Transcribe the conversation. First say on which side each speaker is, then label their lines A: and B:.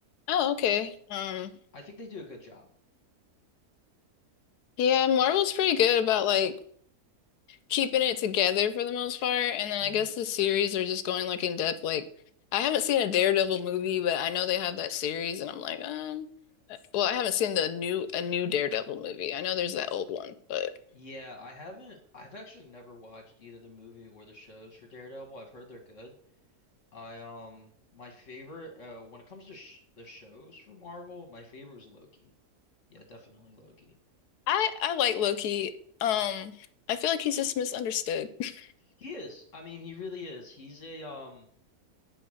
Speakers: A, on the left; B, on the left.
A: Oh, okay. Um,
B: So I think they do a good job.
A: yeah, Marvel's pretty good about like keeping it together for the most part. And then
B: hmm
A: I guess the series are just going like in depth. Like I haven't seen a Daredevil movie, but I know they have that series, and I'm like, um, well, I haven't seen the new a new Daredevil movie. I know there's that old one, but
B: Yeah, I haven't I've actually never watched either the movie or the shows for Daredevil. I've heard they're good. I um my favorite uh when it comes to sh the shows for Marvel, my favorite is Loki. Yeah, definitely Loki.
A: I I like Loki. Um, I feel like he's just misunderstood. <laughs>
B: He is. I mean, he really is. He's a um